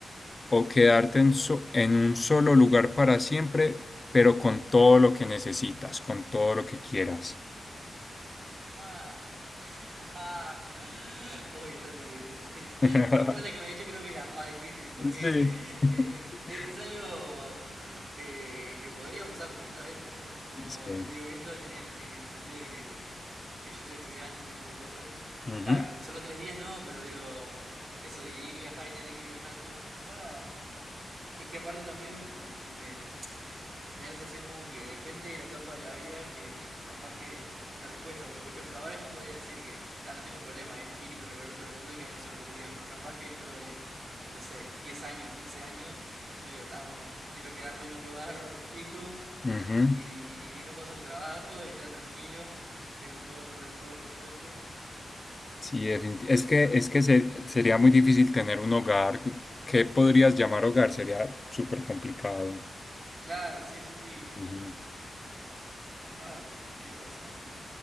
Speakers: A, on the left; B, on the right.
A: o quedarte en, so- en un solo lugar para siempre, pero con todo lo que necesitas, con todo lo que quieras?
B: ¡Fua! <laughs> Uy, esta sí que es difícil.
A: <laughs>
B: De todas las que me ha dicho creo que es la más difícil, porque
A: Sí.
B: eh,
A: <laughs>
B: eh, eh, es algo eh, que podría pasar perfectamente, ¿no? Como
A: Sí.
B: eh, digo, viendo en, en, en el sentido de que que yo estoy estudiando ese tipo de cosas.
A: Ujú,
B: Está, solo tres días no, pero digo, eso de que ir y viajar y tener que ir viajando, pa. Es que aparte también me, me da la sensación como que depende de la etapa de la vida que capaz que la respuesta, porque por ejemplo ahora yo podría decir que ta, no tengo problema en ir y recorrer todo el mundo y quedarme solo tres días, pero capaz que dentro de, no sé, 10 años, 15 años, yo digo, ta, no, quiero quedarme en un lugar fijo
A: ujú.
B: y, y no puedo hacer trabajo, y estar tranquilo, y tener todo, todo resuelto.
A: Sí, definitivamente. Es que, es que se- sería muy difícil tener un hogar. ¿Qué podrías llamar hogar? Sería súper complicado.
B: Claro, sí, sí, sí, es
A: Ujú.
B: que como, fa, tienes razón, ¿eh?